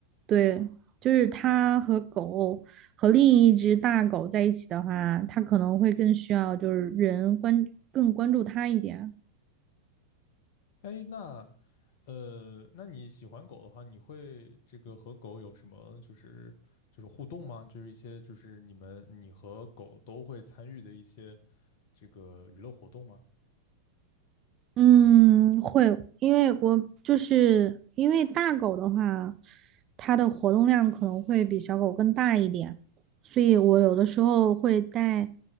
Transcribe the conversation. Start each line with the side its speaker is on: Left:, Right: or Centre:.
Right: 对。就是他和狗和另一只大狗在一起的话，他可能会更需要就是人关更关注他一点。
Left: 哎，那。呃，那你喜欢狗的话，你会这个和狗有什么就是就是互动吗？就是一些就是你们你和狗都会参与的一些这个娱乐活动吗？
Right: 嗯，会，因为我就是因为大狗的话，它的活动量可能会比小狗更大一点，所以我有的时候会带